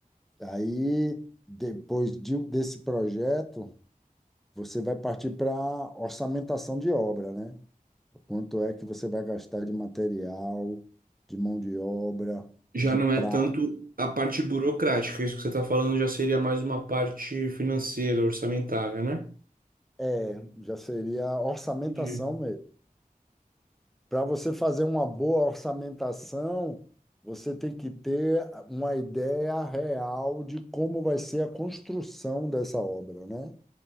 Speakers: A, in the centre; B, on the right.
A: Aí, depois de- desse projeto, você vai partir para orçamentação de obra, né? Quanto é que você vai gastar de material, de mão de obra,
B: Já
A: de
B: não
A: prata?
B: é tanto a parte burocrática, isso que você está falando já seria mais uma parte financeira, orçamentária, né?
A: É, já seria orçamentação
B: Entendi.
A: mesmo. Para você fazer uma boa orçamentação, você tem que ter uma ideia real de como vai ser a construção dessa obra, né?